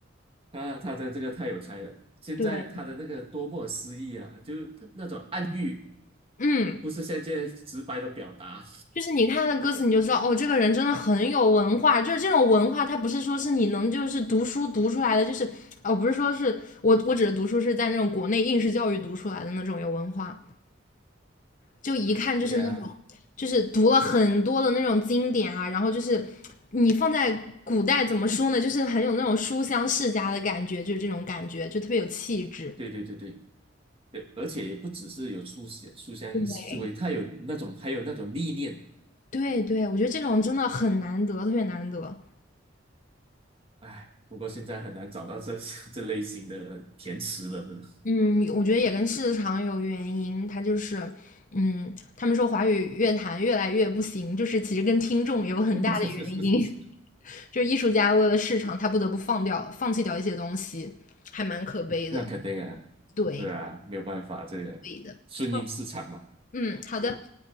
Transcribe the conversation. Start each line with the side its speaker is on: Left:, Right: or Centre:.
Right: 他他的这个太有才了。现在他的那个多么诗意啊，
Left: 对，
Right: 就是他那种暗喻，
Left: 嗯。
Right: 不是像现在直白的表达。
Left: 就是你看他的歌词，你就知道哦，这个人真的很有文化。就是这种文化，他不是说是你能就是读书读出来的，就是哦，不是说是我我指的读书是在那种国内应试教育读出来的那种有文化，就一看就是那种就是读了很多的那种经典啊，
Right: 对呀、
Left: 然后就是你放在古代怎么说呢，就是很有那种书香世家的感觉，就是这种感觉，就特别有气质。
Right: 对对对对，对而且也不只是有书香书香思维，
Left: 对，
Right: 他有那种还有那种历练。
Left: 对对，我觉得这种真的很难得，特别难得。
Right: 哎，不过现在很难找到这 <laughs> 这类型的填词人了。
Left: 嗯，我觉得也跟市场有原因，他就是，嗯，他们说华语乐坛越来越不行，就是其实跟听众有很大的原因，
Right: <laughs>
Left: <laughs> 就是艺术家为了市场，他不得不放掉、放弃掉一些东西，还蛮可悲的。
Right: 那肯定啊，
Left: 对，
Right: 对啊，没有办法，这个顺应市场嘛。
Left: 对的。好嗯，好的。